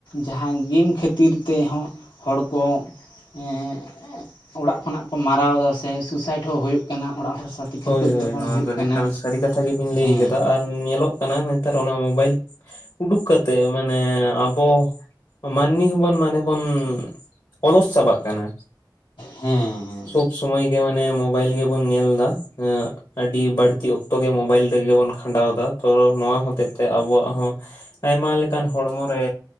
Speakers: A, on the left; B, on the left.
A: ᱡᱟᱦᱟᱸ ᱜᱮᱢ ᱠᱷᱟᱹᱛᱤᱨ ᱛᱮᱦᱚᱸ ᱦᱚᱲ ᱠᱚ ᱦᱮᱸ ᱚᱲᱟᱜ ᱠᱷᱚᱱᱟᱜ ᱠᱚ ᱢᱟᱨᱟᱣ ᱮᱫᱟ ᱥᱮ ᱥᱩᱥᱟᱭᱤᱴ ᱦᱚᱸ ᱦᱩᱭᱩᱜ ᱠᱟᱱᱟ ᱚᱲᱟᱜ ᱦᱚᱲ ᱥᱟᱶᱛᱮ ᱠᱷᱟᱹᱯᱟᱹᱨᱤ
B: ᱦᱳᱭ ᱦᱳᱭ
A: ᱛᱟᱯᱟᱢ
B: ᱱᱚᱣᱟ
A: ᱦᱩᱭᱩᱜ
B: ᱫᱚ
A: ᱠᱟᱱᱟ
B: ᱮᱠᱟᱞ ᱥᱟᱹᱨᱤ ᱠᱟᱛᱷᱟ ᱜᱮᱵᱤᱱ ᱞᱟᱹᱭ
A: ᱦᱮᱸ
B: ᱠᱟᱫᱟ ᱟᱨ ᱧᱮᱞᱚᱜ ᱠᱟᱱᱟ ᱱᱮᱛᱟᱨ ᱚᱱᱟ ᱢᱳᱵᱟᱭᱤᱞᱼᱼ ᱩᱰᱩᱠ ᱠᱟᱛᱮ ᱢᱟᱱᱮ ᱟᱵᱚ ᱢᱟᱹᱱᱢᱤ ᱦᱚᱸᱵᱚᱱ ᱢᱟᱱᱮ ᱵᱚᱱ ᱚᱞᱚᱥ ᱪᱟᱵᱟᱜ ᱠᱟᱱᱟ
A: ᱦᱮᱸ ᱦᱮᱸ
B: ᱥᱚᱵ ᱥᱚᱢᱚᱭ ᱜᱮ ᱢᱟᱱᱮ ᱢᱳᱵᱟᱭᱤᱞ ᱜᱮᱵᱚᱱ ᱧᱮᱞ ᱮᱸ ᱟᱹᱰᱤ ᱵᱟᱹᱲᱛᱤ ᱚᱠᱛᱚ ᱜᱮ ᱢᱳᱵᱟᱭᱤᱞ ᱨᱮᱜᱮ ᱵᱚᱱ ᱠᱷᱟᱸᱰᱟᱣ ᱮᱫᱟ ᱛᱚ ᱱᱚᱣᱟ ᱦᱚᱛᱮᱡ ᱛᱮ ᱟᱵᱚᱣᱟᱜ ᱦᱚᱸ ᱟᱭᱢᱟ ᱞᱮᱠᱟᱱ ᱦᱚᱲᱢᱚ ᱨᱮ